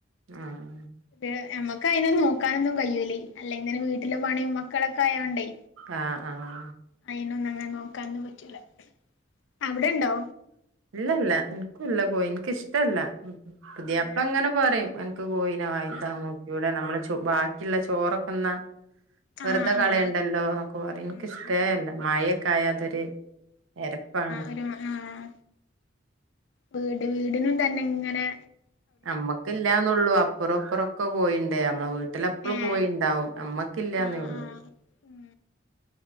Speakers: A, on the right; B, on the left.
A: ആഹ്
B: പിന്നെ ഞമ്മക്കയ്നെ നോക്കാനൊന്നും കയ്യൂലേ അല്ലെങ്കിതന്നെ വീട്ടിലെ പണിം മക്കളൊക്കെ ആയോണ്ടേ
A: ആഹ് ആഹ്
B: അയിനൊന്നും അങ്ങനെ നോക്കാനൊന്നും പറ്റൂല അവിടെണ്ടോ
A: ഇല്ലല്ല ഇൻക്കുല്ല കോഴി ഇൻക്ക് ഇഷ്ടല്ല പുത്യാപ്പള
B: ഏഹ്
A: ങ്ങനെപറിയു അൻക്ക് കോഴിനെ വാങ്ങി ദാ നോക്ക്‌യൂടെ നമ്മളെ ചു <unintelligible> ബാക്കിള്ള ചോറൊക്കെ ന്നാ വെറുതെ
B: ആഹ്
A: കളയണ്ടലോന്നൊക്കപറിയും
B: ആഹ് ഉം
A: ഇൻക്കിഷ്ടേല്ല
B: ഉം
A: മഴെക്കെയാതൊര് എരപ്പാണ്
B: <unintelligible> ആഹ് വീട് വീടിനും തന്നെങ്ങനെ
A: നമ്മക്കില്ലാന്നൊള്ളൂ അ <unintelligible> ഇപ്പുറൊക്കെ കോഴിണ്ട് നമ്മളെ വീട്ടിലെപ്പളും
B: ഏഹ്
A: കോഴിണ്ടാവും നമ്മക്കില്ലാന്നേള്ളൂ
B: ആഹ് ആഹ് ഉം